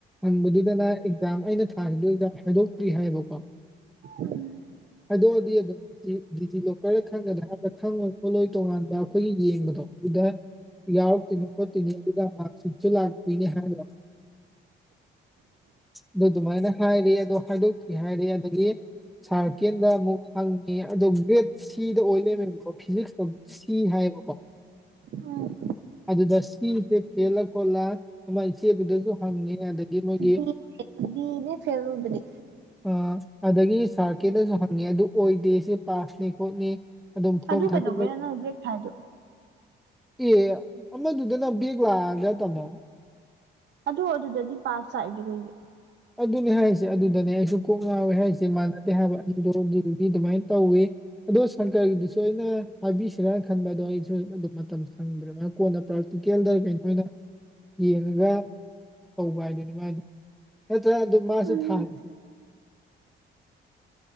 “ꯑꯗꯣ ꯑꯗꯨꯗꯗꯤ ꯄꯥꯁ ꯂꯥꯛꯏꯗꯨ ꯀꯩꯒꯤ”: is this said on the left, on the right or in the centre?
Right